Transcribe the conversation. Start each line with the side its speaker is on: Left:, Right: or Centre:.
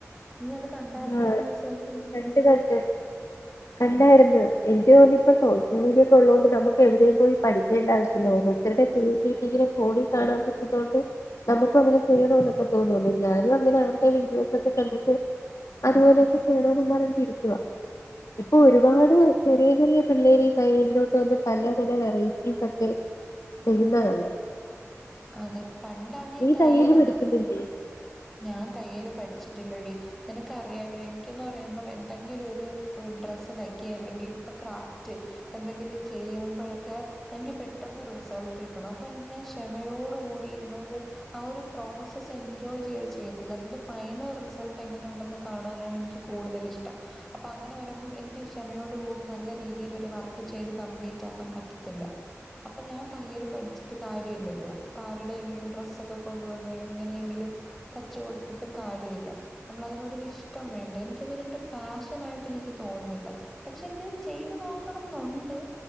Centre: നീ അത് കണ്ടായിരുന്നോ
Left: ആഹ്
Centre: ഈ സോഷ്യൽ മീഡിയയിൽ
Left: കണ്ട് കണ്ട് കണ്ടായിരുന്നു. എനിക്ക് തോന്നിപ്പോ സോഷ്യ മീഡിയക്ക ഉള്ളത കൊണ്ട് നമുക്ക് എവിടേം പോയി പഠിക്കേണ്ട ആവശ്യ പിന്ന ഓരോരുത്തരുടെ <unintelligible> ഇങ്ങനെ ഫോണി കാണാൻ പറ്റുന്നൊണ്ട് നമുക് അങ്ങനെ ചെയ്യണന്നൊക്കെ തോന്നുന്നു ഞാനും അങ്ങനെ അവരുടെ വിഡിയോ സൊക്കെ കണ്ടിട്ട് അതുപോലെയൊക്കെ ചെയേണന്ന് പറഞ്ഞിട്ടിരിക്കവാ ഇപ്പൊ ഒരുപാട് ചെറിയ ചെറിയ പിള്ളേർ തൈയലിലോട്ട് വന്ന് പല പല വെറൈറ്റീസ് ഒക്കെ ചെയ്യുന്നകാണാ.
Centre: അതെ പണ്ടാണേ
Left: നീ
Centre: തയ്യലന്ന്
Left: തയ്യല് പഠിക്കുന്നില്ലേ
Centre: പറഞ്ഞ ഞാൻ തയ്യല് പഠിച്ചിട്ടില്ലടി. നക്ക്റിയാലോ എനിക്കന്ന് പറയുമ്പോ എന്തെങ്കിലും ഒരു ഡ്രസ്സ് തയ്ക്കെ അല്ലെങ്കിൽ ഇപ്പൊ ക്രാഫ്റ്റ് എന്തെങ്കിലും ചെയ്യുമ്പോഴൊക്കെ എനിക്ക് പെട്ടെന്ന് റിസൾട്ട് കിട്ടണം അപ്പൊ എനിക്ക് ഞാൻ മ്മയോട് കൂടിയിരുന്നത് ആ ഒരു പ്രോസസ് എൻജോയ് ചെയ്ത് ചെയ്യത്തില്ല അതിന്റെ ഫൈനൽ റിസൾട്ട് എങ്ങനെ ഉണ്ടെന്ന് കാണാനാണ് എനിക്ക് നിക്ക് കൂടുതൽ ഇഷ്ടം. അപ്പൊ അങ്ങനെ വരുമ്പം എനിക്ക് ക്ഷമയോടു കൂടി നല്ല രീതിയിൽ ഒരു വർക്ക് ചെയ്ത് കംപ്ലീറ്റ് ആക്കാൻ പറ്റത്തില്ല. അപ്പൊ ഞാൻ തയ്യല് പഠിച്ചിട്ട് കാര്യമില്ലല്ലോ? ആരുടെങ്കിലും ഡ്രസ്സൊക്കെ കൊണ്ടുവന്ന് എങ്ങനെയെങ്കിലും തച്ച്കൊടുത്തിട്ടും കാര്യമില്ല. നമ്മള അതിനോടൊരു ഇഷ്ടം വേണ്ടേ എനിക്കതൊരൻ്റെ പാഷൻ ആയിട്ട് എനിക്ക് തോന്നുന്നില്ല. പക്ഷെ എനിക്കത് ചെയ്തു നോക്കണം ന്നുണ്ട്.